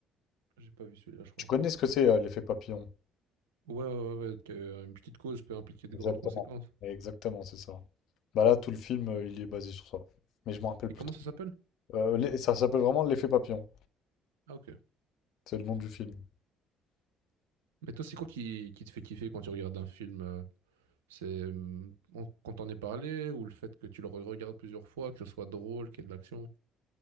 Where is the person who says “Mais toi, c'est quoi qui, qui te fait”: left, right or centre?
Right